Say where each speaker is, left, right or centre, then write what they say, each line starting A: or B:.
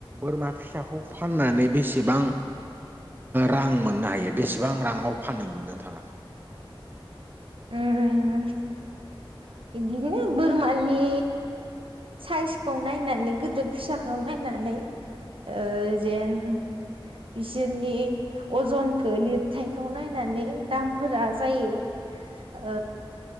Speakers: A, on the right; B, on the right.
A: बोरमा फिसाखौ फाननानै बेसेबां रां मोननो हायो बेसेबां राङाव फानो नोंथाङा?
B: उम बेदिनो बोरमानि साइजखौ नायनानै गिदिर फिसाखौ नायनानै ओ जेन बिसोरनि अजनखौ लिरथायखौ नायनानै दामफोरा जायो। ओ